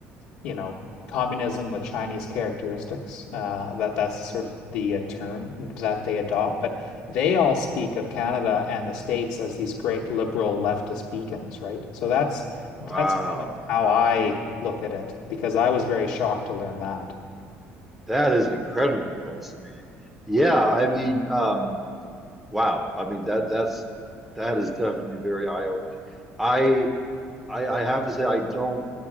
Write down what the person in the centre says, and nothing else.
Wow.
That is incredibly fascinating. Yeah, I mean, um, wow. I mean that that's that is definitely very eye-opening. I. I, I have to say I don't